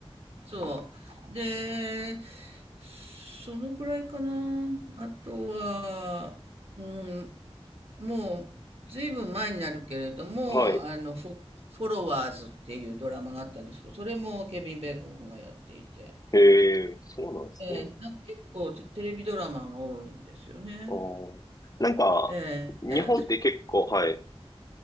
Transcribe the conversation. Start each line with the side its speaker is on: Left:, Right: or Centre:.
Right: そう。で、そのぐらいかな。あとは、うん、もう、ずいぶん前になるけれども、
Left: <laughs> はい。
Right: あの、フォ、フォロワーズっていうドラマがあったんですけど、それもケビン・ベーコンがやっていて、
Left: へえ、そうなんですね。
Right: えー、なんか結構テテレビドラマが多いんですよね。
Left: あーなんか、
Right: えー、
Left: 日本って結構、
Right: 私、
Left: はい。